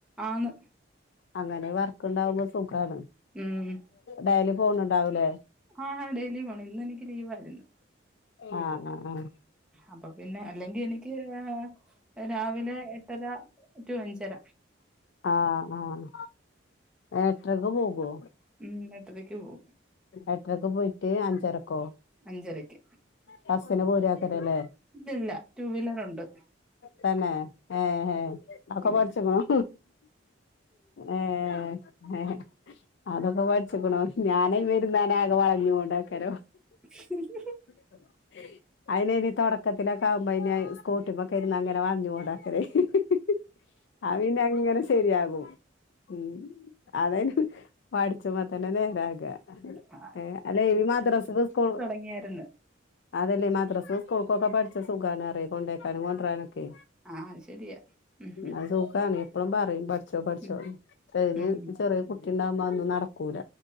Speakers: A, in the centre; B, on the left.
A: ആന്ന്
B: അങ്ങനെ വർക്ക് ഉണ്ടാകുമ്പോ സുഖാണ്
A: ഉം
B: ഡൈലി പോണ് ണ്ടാവൂലേ
A: ആഹ് ഡെയിലി പോണം ഇന്നെനിക്ക് ലീവായിരുന്നു
B: ആഹ് ആ ആഹ്
A: അപ്പം പിന്നെ അല്ലെങ്കി എനിക്ക് ആ രാവിലെ എട്ടര റ്റു അഞ്ചര
B: ആഹ് ആഹ് എട്ടരക്കു പോകു
A: ഉം എട്ടരക്ക് പോകും
B: എട്ടരക്ക് പോയിട്ട് അഞ്ചരക്കോ
A: അഞ്ചരെക്ക്
B: ബസിന് പോരാക്കലല്ലേ
A: ഇല്ലില്ല ടൂവീലറാണ്ട്
B: തന്നെ ആഹ് ആഹ് അക്കെ
A: ഉം
B: പഠിച്ചക്കണു ഏഹ് ആഹ് അതൊക്കെ പഠിച്ചക്കണോ ഞാന് വരുന്നാനാകെ വളഞ്ഞണ്ടാക്കാരോ
A: <inaudible>
B: <inaudible> അയിനിനി തുടക്കത്തിലൊക്കെ ആകുമ്പോ ഇനി സ്കൂട്ടിമ്മേ കേറി അങ്ങനെ വളഞ്ഞോടയക്കല് <unintelligible> അത് പീന്നെങ്ങനെ ശരിയാകും ഉം അതെനിക്ക് പഠിച്ചപ്പതന്നേ നേരാക്ക
A: ആ
B: ഏഹ് അല്ലേ ഈ മദ്രസക്ക് സ്ക്കു
A: ങ്ങായിരുന്നു.
B: അതല്ലേ മദ്രസെ, സ്കൂള്കൊക്ക പഠിച്ച സുഖാണെ ആരെ കൊണ്ടക്കാനും കൊണ്ടുരാനൊക്കെ
A: ആ ശരിയാ ഉം
B: അഹ് സുഖാണ്. പ്പളും പറയും പഠിച്ചോ പഠിച്ചോന്
A: ഉം
B: ചെറിയ
A: ഉം
B: ചെറിയട്ടിണ്ടാകുമ്പോ അതന്നും നടക്കൂല.